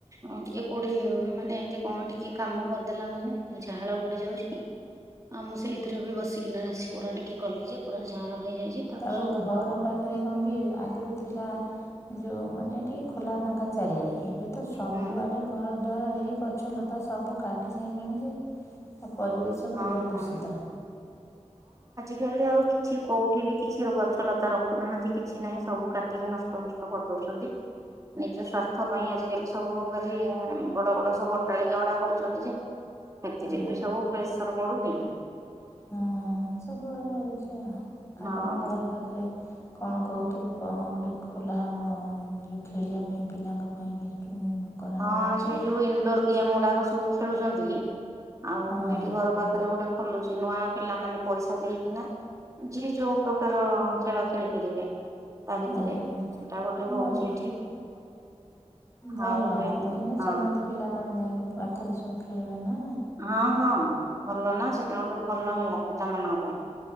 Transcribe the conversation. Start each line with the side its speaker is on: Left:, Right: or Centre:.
Right: ହଁ ଟିକେ କୋଉଠି ମାନେ ଏମିତି କଣ ଟିକେ କାମ କରିଦେଲା ମାନେ ଝାଳ ବୁଡି ବୁଡିଯାଉଛି ମୁଁ ସେଇଥିରେ ବି ବସିକିନା ବରା ଟିକେ କଲି ଯେ ପୁରା ଝାଳ ହେଇଯାଇଛି ତାକୁ
Left: ତାପରେ
Right: ସବୁ
Left: ଘର ପାଖରେ କଣ କି ଆଗରୁ ଥିଲା ଯୋଉ ମାନେ ଟିକେ ଖୋଲା ଫାଙ୍କା ଚାରିଆଡେ ଏବେ ତ ସବୁଆ
Right: ହଁ
Left: ଆଡ଼େ ଘର ଦ୍ୱାର ହେଇ ଗଛ ଲତା ସବୁ କାଟି ସାରିଲେଣି ଯେ
Right: <inaudible>
Left: ପରିବେଶ
Right: ହଁ
Left: ପୁରା
Right: ହଁ
Left: ଦୂଷିତା
Right: ଜଲଦି ଆଉ କିଛି କୋଉଠି ବି କିଛି ଗଛ ଲତା ରଖୁନାହାନ୍ତି କିଛି ନାହିଁ ସବୁ କାଟିକି ନଷ୍ଟ ଫଷ୍ଟ କରିଦଉଛନ୍ତି। ନିଜ ସ୍ୱାସ୍ଥ୍ୟ ପାଇଁ ଆଜିକାଲି ସବୁ ବଡ଼ ବଡ଼ ସବୁ ଅଟାଳିକା ଅଡା କରୁଛନ୍ତି ଯେ ସେଥିରେ
Left: ହଁ
Right: ବି ସବୁ ପ୍ରେସର ପଡୁନି
Left: ହଁ ସବୁବେଳେ ହେଉଛି ଆଉ
Right: ହଁ
Left: ତମ ଘର ପାଖରେ କଣ କହୁଥିଲୁ, କଣ ଗୋଟେ -ଖୋଲା ହବ ଯୋଉ ଖେଳିବା ପାଇଁ ପିଲାଙ୍କ ପାଇଁ କରାହେବ
Right: ହଁ
Left: ବୋଲି
Right: ସେଇ ଯୋଉ ଇନଡୋର ଗେମ୍ ଗୁଡାକ ସବୁ ଖେଳୁଛନ୍ତି ଆଉ
Left: ହଁ।
Right: ଏଇଠି ଘର ପାଖରେ ଗୋଟେ ଖୋଲୁଛି, ନୂଆ ପିଲାମାନେ ପଇସା ଦେଇକିନା ଯିଏ ଯୋଉ ପ୍ରକାର ଖେଳ ଖେଳିପାରିବେ। ତା ଭିତରେ
Left: ହଁ
Right: ସେଟା ଗୋଟେ
Left: ଭଲ
Right: ହଉଛି ଏଠି।
Left: ଭଲ।
Right: ଆଉ ଗୋଟେ
Left: ହେଲେ
Right: ହଁ।
Left: ସମସ୍ତେ <unintelligible> ପାଖରେ ସବୁ ଖେଳିବା ନା
Right: ହଁ ହଁ ଭଲ ନାଁ, ସେଇଟା ଗୋଟେ ଭଲ ହେଲା ପିଲାମାନଙ୍କ ପାଇଁ